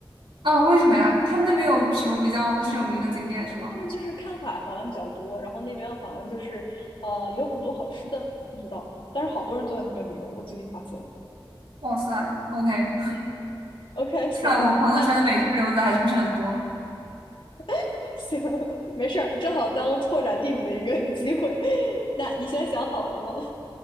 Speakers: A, on the right; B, on the left.
A: 哦，为什么呀？他们那边有什么比较就是有名的景点是吗？
B: 他们就是看海好像比较多，然后那边好像就是呃有很多好吃的，不知道，但是好多人都在那边旅游，我最近发现。
A: 哇塞，OK，<laughs>
B: 嗯，OK，行，
A: 看来我朋友圈的美剧留子还是不是很多。
B: 那 <laughs> 行，没事儿，正好当拓展地理的一个 <laughs> 机会。<laughs> 那你现在想好了吗？